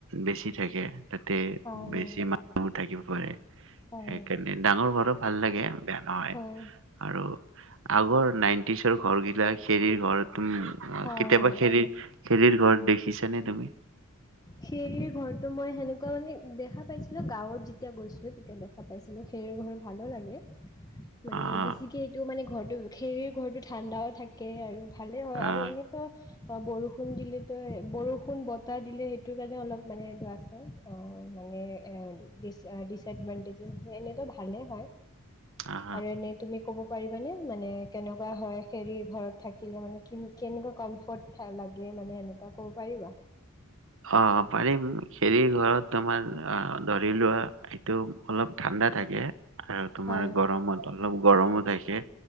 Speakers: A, on the right; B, on the left.
A: বেছি থাকে। তাতে
B: হয়
A: বেছি
B: হয়
A: মানুহ থাকিব। <unintelligible>
B: হয়
A: সেইকাৰণে ডাঙৰ ঘৰত ভাল লাগে। বেয়া নহয়
B: হয়
A: আৰু আগৰ নাইণ্টিছৰ ঘৰগিলাক খেৰীৰ ঘৰ। উম,
B: হয়
A: কেতিয়াবা
B: হয়
A: খেৰী খেৰীৰ ঘৰ দেখিছানে তুমি?
B: খেৰীৰ ঘৰটো মই সেনেকুৱা মানে দেখা পাইছিলোঁ। গাঁৱত যেতিয়া গৈছিলোঁ তেতিয়া দেখা পাইছিলোঁ, খেৰীৰ ঘৰ ভালোঁ লাগে। মানে
A: আহ,
B: বেছিকে এইটো মানে ঘৰটো খেৰীৰ ঘৰটো ঠাণ্ডাও থাকে আৰু ভালেই হয়
A: আহ,
B: আৰু এনেইতো বা বৰষুণ দিলেতো বৰষুণ বতাহ দিলে সেই সেইটোৰ কাৰণে অলপ মানে এইটো আছে, অ', মানে এ, ডিচ ডিচএডভানটেজেছ আছে। এনেইতো ভালে হয়।
A: আহ
B: আৰু এনেই তুমি ক'ব পাৰিবানে মানে কেনেকুৱা হয় হেৰি ঘৰত থাকিলে মানে কি কেনেকুৱা কম্ফৰ্ট লাগে মানে এেনেকুৱা ক'ব পাৰিবা
A: অ পাৰি। খেৰি ঘৰত তোমাৰ অ ধৰি লোৱা এইটো অলপ ঠাণ্ডা থাকে আৰু তোমাৰ
B: হয়
A: গৰমত অলপ গৰমত তাক কে